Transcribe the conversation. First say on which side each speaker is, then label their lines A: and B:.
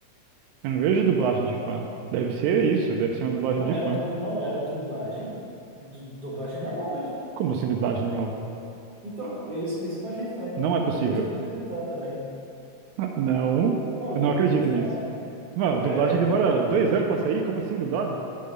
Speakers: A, on the right; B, on the right.
A: Eu não vejo dublagem de fã. Deve ser isso, deve ser uma dublagem
B: Não
A: de fã.
B: era, dub, não era dublagem, du- dublagem normal mesmo.
A: Como assim dublagem normal?
B: Então, isso, isso que eu achei estranho.
A: Não é possível.
B: Depois eu vou pesquisar também.
A: Ah, Não,
B: Não, eu
A: eu
B: vou,
A: não acredito
B: eu vou te
A: nisso.
B: mandar.
A: Mano,
B: É,
A: dublagem demora dois anos pra sair? Como assim dublado?